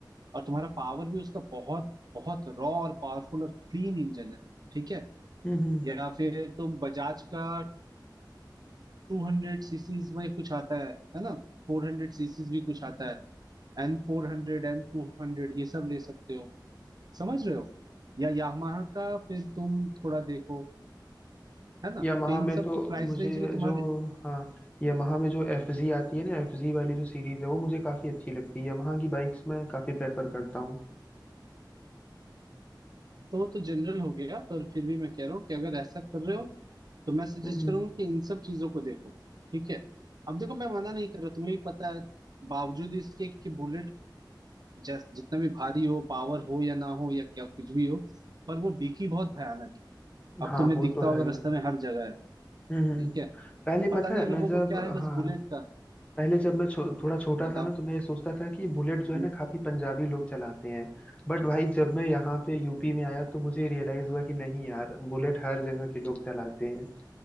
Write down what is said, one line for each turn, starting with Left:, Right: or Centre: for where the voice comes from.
Right: और तुम्हारा पावर भी उसका बहुत बहुत रॉ और पावरफुल और क्लीन इंजन है ठीक है
Left: हम्म हम्म।
Right: या फिर तुम बजाज का टू हंड्रेड सीसीज में कुछ आता है है ना फोर हंड्रेड सीसीज भी कुछ आता है N four hundred N two hundred ये सब ले सकते हो समझ रहे हो या यामाहा का फिर तुम थोड़ा देखो है ना
Left: यामाहा
Right: तो इन
Left: में
Right: सब
Left: तो
Right: को प्राइस
Left: मुझे
Right: रेंज में तुम्हारे
Left: जो हाँ यामाहा में जो एफ जी आती है ना एफ जी वाली जो सीरीज है वो मुझे काफी अच्छी लगती है यामाहा की बाइक्स मैं काफी प्रेफर करता हूँ
Right: तो वो तो जनरल हो गया पर फिर भी मैं कह रहा हूँ कि अगर ऐसा कर रहे हो तो मैं सजेस्ट
Left: हम्म हम्म।
Right: करूंगा कि इन सब चीजों को देखो ठीक है अब देखो मैं मना नहीं कर रहा तुम्हें भी पता है बावजूद इसके कि बुलेट जैस जितना भी भारी हो पावर हो या ना हो या क्या कुछ भी हो पर वो बिकी बहुत भयानक अब
Left: हाँ
Right: तुम्हें
Left: वो
Right: दिखता
Left: तो
Right: होगा
Left: है
Right: रास्ते में हर जगह है
Left: हम्म हम्म।
Right: ठीक है
Left: पहले
Right: पता
Left: पता
Right: नहीं
Left: है
Right: लोगों
Left: मैं जब
Right: को क्या है
Left: हाँ
Right: बस बुलेट का
Left: पहले जब मैं छो, थोड़ा छोटा
Right: बताओ
Left: था ना तो मैं ये सोचता था कि बुलेट जो है
Right: हम्म,
Left: ना काफी पंजाबी लोग चलाते हैं बट भाई जब मैं यहाँ पे यूपी में आया तो मुझे रियलाइज हुआ कि नहीं यार बुलेट हर जगह के लोग चलाते हैं